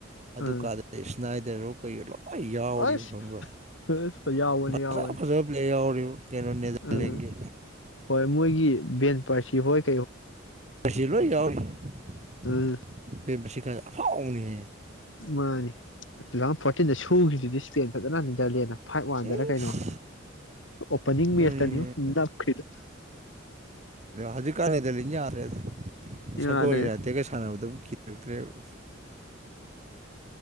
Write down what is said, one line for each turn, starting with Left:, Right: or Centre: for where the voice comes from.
Right: ꯑꯗꯨ
Left: ꯑꯥ
Right: ꯀꯥꯗ ꯅꯥꯏꯗꯔꯣ ꯀꯩꯔꯣ ꯂꯣꯏ ꯌꯥꯎꯔꯤꯕ
Left: ꯑꯁ
Right: ꯈꯪꯕ꯭ꯔꯥ
Left: ꯐ ꯌꯥꯅꯤ
Right: ꯐꯖ
Left: ꯌꯥꯅꯤ
Right: ꯐꯖꯕ ꯄ꯭ꯂꯦꯌꯔ ꯌꯥꯎꯔꯤꯕ ꯀꯩꯅꯣ ꯅꯦꯗꯔꯂꯦꯟꯒꯤ
Left: ꯑꯥ ꯍꯣꯏ ꯃꯣꯏꯒꯤ ꯕꯦꯟ ꯄꯥꯔꯁ ꯀꯍꯣꯏ
Right: ꯁꯤꯂꯣ ꯌꯥꯎꯔꯤꯁꯤ
Left: ꯎꯝ
Right: ꯑꯐꯥꯎ ꯑꯅꯤ
Left: ꯃꯥꯅꯤ ꯇꯨ ꯊꯥꯎꯖꯟ ꯐꯣꯔꯇꯤꯟꯗ ꯁꯨꯈ꯭ꯗꯨꯗꯤ ꯁꯄꯦꯟ ꯐꯖꯅ ꯍꯟꯖꯂꯦꯅ ꯐꯥꯏꯚ ꯋꯥꯟꯗꯔ
Right: ꯏꯁ
Left: ꯀꯩꯅꯣ ꯑꯣꯄꯅꯤꯡ ꯃꯦꯠꯁꯇꯅꯤ
Right: ꯁꯣꯏꯅꯤꯅꯦ
Left: ꯅꯞꯈ꯭ꯔꯤꯗ
Right: ꯍꯧꯖꯤꯛ ꯀꯥꯟꯉꯩꯗ ꯂꯅ ꯌꯥꯔꯦ
Left: ꯌꯥꯗ꯭ꯔꯦ
Right: ꯁꯒꯣꯜ ꯅꯥꯇꯦꯒ ꯁꯥꯟꯅꯕꯗ ꯀꯤꯔꯛꯇ꯭ꯔꯦꯕ